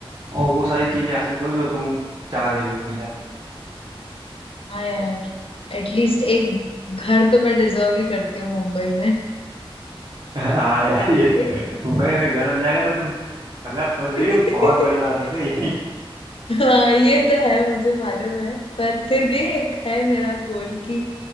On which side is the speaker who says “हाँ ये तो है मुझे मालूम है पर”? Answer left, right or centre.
Left